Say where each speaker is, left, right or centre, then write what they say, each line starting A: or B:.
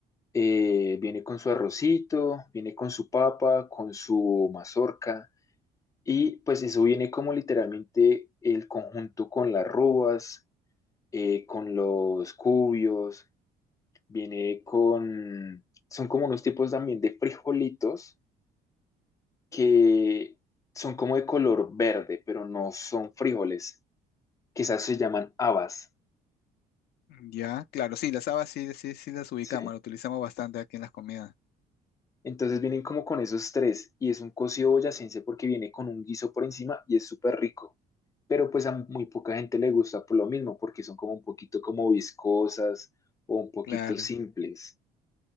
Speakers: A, on the left; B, on the left.
A: eh, viene con su arrocito, viene con su papa, con su mazorca Y pues eso viene como literalmente el conjunto con las rúas, eh, con los cubios, viene con... Son como unos tipos también de frijolitos que son como de color verde, pero no son frijoles. Quizás se llaman habas,
B: Ya, claro, sí, las habas sí, sí, sí las ubicamos,
A: ¿sí?
B: las utilizamos bastante aquí en las comidas.
A: Entonces vienen como con esos tres y es un cocido boyacense porque viene con un guiso por encima y es súper rico. Pero pues a muy poca gente le gusta por lo mismo porque son como un poquito como viscosas o un poquito
B: Claro,
A: simples.